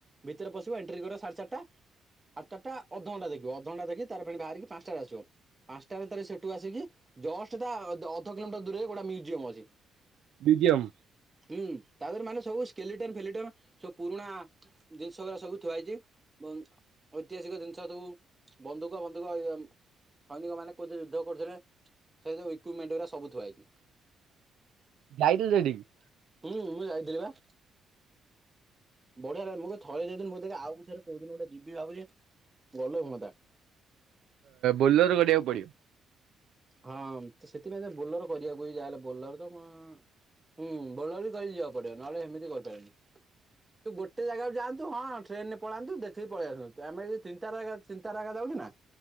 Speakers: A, on the right; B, on the right.
A: ଭିତରେ ପଶିବ ଏଣ୍ଟ୍ରି କରିବା ସାଢ଼େ ଚାରିଟା ଆଠ ଚାରଟା ଅଧଘଣ୍ଟା ଦେଖିବ ଅଧଘଣ୍ଟା ଦେଖିକି ତାପରେ ଫୁଣି ବାହାରିକି ପାଞ୍ଚଟାରେ ଆସିବ। ପାଞ୍ଚଟା ଭିତରେ ସେଠୁ ଆସିକି ଜଷ୍ଟ ତା ଅ ଅଧ କିଲୋମିଟର ଦୂରରେ ଗୋଟେ ମୁଜିୟମ ଅଛି।
B: ମ୍ୟୁଜିୟମ୍
A: ହୁଁ, ତାପହରେ ମାନେ ସବୁ ସ୍କେଲିଟନ ଫେଲିଟନ ସବୁ ପୁରୁଣା ଜିନିଷ ଗଡା ସବୁ ଥୁଆ ହେଇଛି। ଏବଂ ଐତିହାସିକ ଜିନିଷ ସବୁ ବନ୍ଧୁକ ଫନ୍ଧୁକ ସୈନିକ ମାନେ କୋଉଠି ଯୁଦ୍ଧ କରୁଥିଲେ ସେଇ ସବୁ ଇକୁମେଣ୍ଟ ଗୁଡ଼ା ସବୁ ଥିଆହେଇଛି।
B: ଯାଇଥିଲ ସେଠିକି?
A: ହୁଁ ମୁଁ ଯାଇଥିଲି ବା। ବଢିଆ ଲାଗେ ମୁଁ ଥରେ ଯାଇଥିଲି ମୁଁ ଆଉ ଥରେ କୋଉଦିନ ଗୋଟେ ଯିବି ଭାବୁଛି। ଗଲେ ହୁଅନ୍ତା।
B: ବୋଲର କରିବାକୁ ପଡିବ।
A: ହଁ ସେଥିପାଇଁ ବୋଲେର କରିବାକୁ ଯାହା ହେଲେ ବୋଲେର ତ କଣ ହୁଁ ବଲର ଧରିକି ଯିବାକୁ ପଡିବ ନହେଲେ ସେମିତି କହିପାରନି। ତୁ ଗୋଟେ ଜାଗାକୁ ଯାଆନ୍ତୁ ହଁ ଟ୍ରେନ ରେ ପଳାନ୍ତୁ ଦେଖିକି ପଳେଇ ଆସନ୍ତୁ। ଆମେ ଯୋଉ ତିନିଟା ରଗା ତିନିଟା ରଗା ଯାଉ ଉ ନା।